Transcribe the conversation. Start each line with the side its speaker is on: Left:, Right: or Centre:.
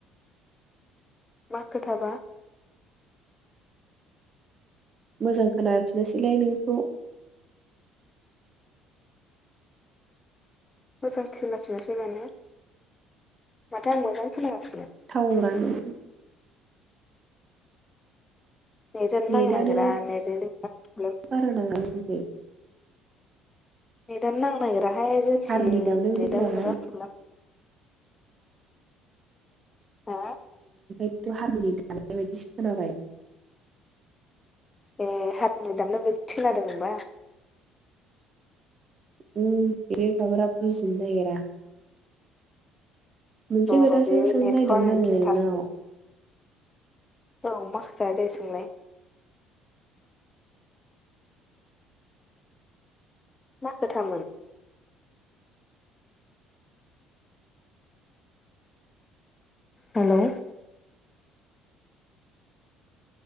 Left: मा खोथाबा
Right: मोजां खोनाफिनासैलाय नोंनिखौ
Left: मोजां खोनाफिनासै माने माथो आं मोजां खोनागासिनो
Right: थाव रानो
Left: नेटानो
Right: नेटआनो
Left: नांनो नांगिरा नेटनिनो बिय़ाव प्रब्लेम
Right: बारा नाङा नोंसिनिखै
Left: नेदानो नांनो नागिराहाय जोंथिं
Right: हारमुनि दामनाय बायदि
Left: नेदानो
Right: खोनाबाय
Left: बिराद प्रब्लेम हा
Right: बे हारमुनि गाबनाय बायदिसो खोनाबाय
Left: ए हारमुनि‌ दामनाय बायदिसो खोनादों होमबा
Right: उम बेब्रे बाब्रा बुजिनो नो नागिरा मोनसे खोथासो
Left: र' बे
Right: सोंनो
Left: नेटखौ
Right: नागिरदोंमोन आङो
Left: गिथारसै
Right: नोंनाव
Left: औ मा खोथादे सोंलाय मा खोथामोन हेलौ